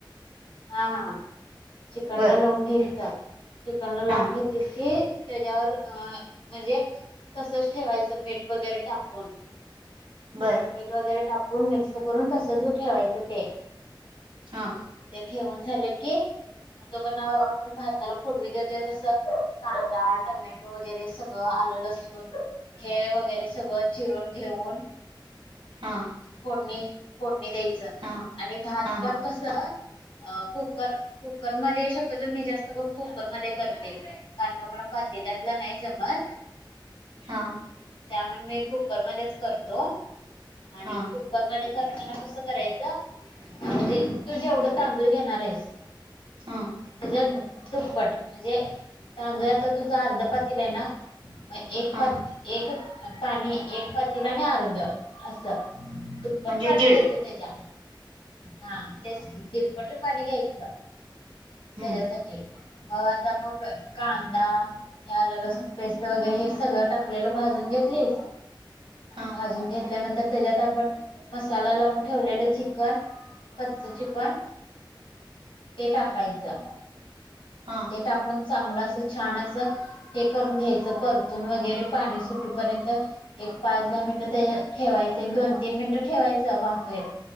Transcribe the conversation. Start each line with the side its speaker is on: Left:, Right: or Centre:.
Left: हा, हा. चिकनला
Right: बर
Left: लावून घ्यायचं. चिकनला लावून
Right: हा
Left: घेतलीस की त्याज्यावर अ म्हणजे तसच ठेवायचं, मीठ वगैरे टाकून.
Right: बरं.
Left: मीठ वगैरे टाकून, मिक्स करून, तसच ठेवायचं ते.
Right: हा.
Left: त्या ठेवून झालं की, तो पर्यंत, आपण भाताला फोडणी देतोय तसं, कांदा, टमॅट वगैरे सगळं आलं -लसून, <unintelligible> वगैरे सगळं चिरून घेऊन
Right: हा.
Left: फोडणी, फोडणी द्यायचं.
Right: हा
Left: आणि भात
Right: हा
Left: पण
Right: हा
Left: कसं अ कुकर, कुकरमध्ये. शक्यतो मी जास्त करून, कुकर मध्ये करते. कारण का, मला पातेल्यातला नाही जमत.
Right: हा.
Left: त्यामन मी कुकरमध्येच करतो. आणि
Right: हा
Left: कु कर मधे करताना कस करायच. म्हणजे तु जेवढं तांदूळ घेणार आहेस.
Right: ह.
Left: त्याच्या दुप्पट. म्हणजे, तांदूळ आता तुझं अर्ध पातीलाय ना एक
Right: हा
Left: पात, एक पाणी, एक पातीला आणि अर्ध असं. दुप्पट
Right: म्हणजे
Left: पाणी
Right: दीड
Left: घ्यायचं त्याज्या. हा त्याच की. दीडपट पाणी घ्याय च.
Right: हम्म
Left: त्याज्यासाठी. मग आता मग, कांदा आलं- लसण पेस्ट वगैरे हे सगळं टाकलेलं भाजून घेतलीस.
Right: हा
Left: बाजून घेतल्यानंतर, त्याज्यात आ आपण, मसाला लावून ठेवलेलं चिकन. कच्च चिकन ते टाकायचं.
Right: हा
Left: ते टाकून चांगलं असं, छान असं, हे करून घ्यायचं. परतून वगैरे पाणी सुटूपर्यंत. एक पाच -दहा मिनिटं ते ठेवायचं. एक दोन- तीन मिनिटं ठेवायचं बाफेत,